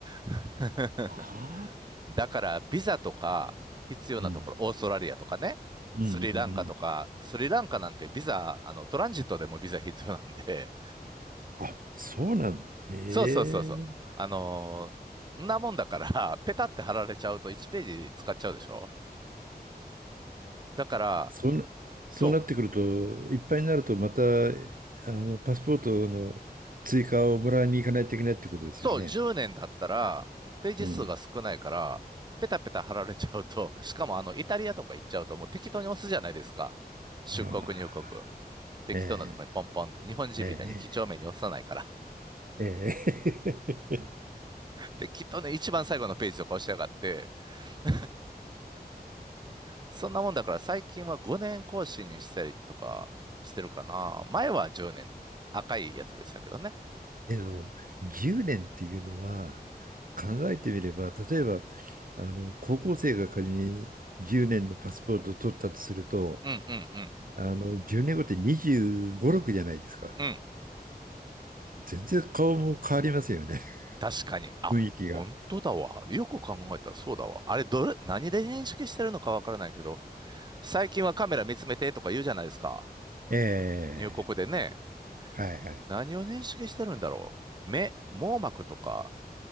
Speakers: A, on the right; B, on the right.
A: <laughs>
B: ああ、
A: だからビザとか必要なところ、
B: うん。
A: オーストラリアとかね、
B: うん、
A: スリランカとか、
B: うん、うん。
A: スリランカなんてビザ、あの、トランジットでもビザ必要なんで、
B: あ、そうなんだ。
A: <laughs>
B: ええ。
A: そうそうそうそう。あのーんなもんだから、ペタって貼られちゃうと1ページ使っちゃうでしょだから、
B: そんな、そうなってくると、
A: そう、
B: いっぱいになると、また、あの、パスポートの追加をもらいに行かないといけないってことですよね。
A: そう、10年だったら、ページ数が少ないから、
B: うん。
A: ペタペタ貼られちゃうと、しかもあの、イタリアとか行っちゃうと、もう適当に押すじゃないですか。出国入国。
B: ああ、
A: 適当なとこにポンポンって、
B: え
A: 日本人みたいに几帳面に押さないから。
B: え、ええ、ええ。え
A: で、きっとね、一番最後のページとか押しやがって、<laughs> そんなもんだから最近は5年更新にしたりとかしてるかな。前は10年、赤いやつでしたけどね。
B: え <laughs> でも、10年っていうのは、考えてみれば、例えば、あの、高校生が仮に10年のパスポートを取ったとすると、
A: うんうんうん。
B: あの、10年後って25、6じゃないですか。
A: うん。
B: 全然顔も変わりますよね。<laughs>
A: 確かに。あ、
B: 雰囲気が。
A: 本当だわ。よく考えたらそうだわ。あれ、どれ、何で認識してるのかわからないけど、最近はカメラ見つめてとか言うじゃないですか。
B: ええ
A: 入国でね。
B: はいはい。
A: 何を認識してるんだろう。目、網膜とか、